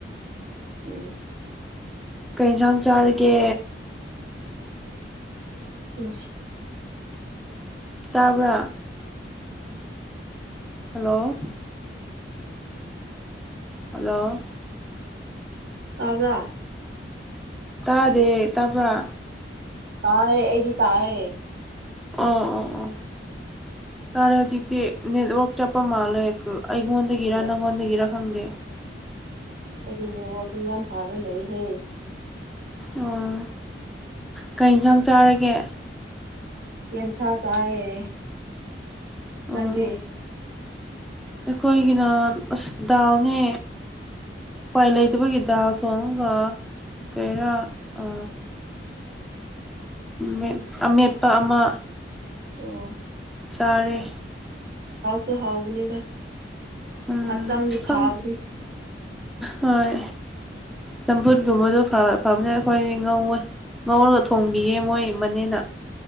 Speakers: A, on the right; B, in the centre.
A: ꯎꯝ
B: ꯀꯩ ꯏꯟꯖꯥꯡ ꯆꯥꯔꯒꯦ
A: ꯉꯁꯤ
B: ꯇꯥꯕ꯭ꯔꯥ ꯍꯜꯂꯣ ꯍꯜꯂꯣ
A: ꯇꯥꯕ꯭ꯔꯥ
B: ꯇꯥꯗꯦ ꯇꯥꯕꯔ
A: ꯇꯌꯦ ꯑꯩꯗꯤ ꯇꯌꯦ
B: ꯑꯣ ꯑꯣ ꯑꯣ ꯇꯥꯔꯦ ꯍꯧꯖꯤꯛꯇꯤ ꯅꯦꯠꯋꯥꯛ ꯆꯄ ꯃꯥꯂꯦ ꯒ ꯑꯩꯉꯣꯟꯗꯒꯤꯔ
A: ꯍꯣꯏ
B: ꯅꯪꯉꯣꯟꯗꯒꯤꯔ ꯈꯪꯗꯦ
A: ꯑꯩꯒꯤꯅꯦꯋꯥꯛꯗꯤ ꯌꯥꯝ ꯐꯥꯔ ꯂꯩꯍꯦ
B: ꯑꯣ ꯀꯩ ꯏꯟꯖꯥꯡ ꯆꯥꯔꯒꯦ
A: ꯌꯦꯟꯁꯥ ꯆꯥꯢꯌꯦ
B: ꯑꯣ
A: ꯅꯪꯗꯤ
B: ꯑꯩꯈꯣꯏꯒꯤꯅ ꯑꯁ ꯗꯥꯜꯅꯦ ꯎꯄꯥꯏ ꯂꯩꯇꯕꯒꯤ ꯗꯥꯜ ꯊꯣꯡꯉꯥꯒ ꯀꯩꯔꯥ ꯑ ꯃꯦꯠ ꯑꯃꯦꯠꯄ ꯑꯃ
A: ꯑꯣ
B: ꯆꯥꯔꯦ
A: ꯗꯨ ꯍꯥꯎꯕꯅꯤꯗ
B: ꯎꯝ
A: ꯍꯛꯆꯥꯡꯒꯤ
B: ꯈꯪ
A: ꯐꯥꯕꯅꯤ
B: ꯍꯣꯏ ꯆꯝꯐꯨꯠꯀꯨꯝꯕꯗꯣ ꯐꯕ ꯐꯕꯅꯦ ꯑꯩꯈꯣꯏꯗꯤ ꯉꯧꯋꯦ ꯉꯧꯔꯒ ꯊꯣꯡꯕꯤꯌꯦ ꯃꯣꯏꯒꯤ ꯃꯅꯦꯅ